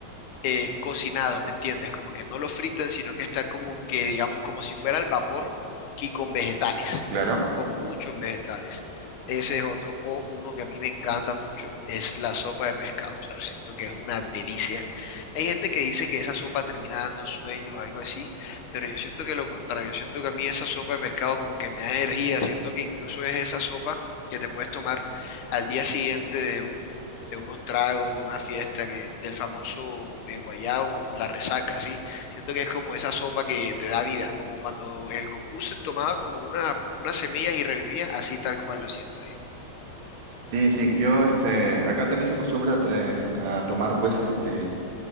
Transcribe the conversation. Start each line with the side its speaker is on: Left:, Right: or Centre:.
Left: eh, cocinado, ¿me entiendes? Como que no lo fritan, sino que está como que, digamos, como si fuera al vapor y con vegetales,
Right: Claro.
Left: con muchos vegetales. Ese es otro. O uno que a mí me encanta mucho es la sopa de pescado. O sea, siento que es una delicia. Hay gente que dice que esa sopa termina dando sueño o algo así, pero yo siento que lo contrario. Yo siento que a mí esa sopa de pescado como que me da energía. Siento que incluso es esa sopa que te puedes tomar al día siguiente de un, de unos tragos, de una fiesta, que, del famoso eh, guayabo o la resaca, ¿sí? Siento que es como esa sopa que te da vida, como cuando el Goku se tomaba como una, unas semillas y revivía, así tal cual lo siento yo.
Right: Sí, sí, yo este, acá también se acostumbra to- eh, a tomar pues este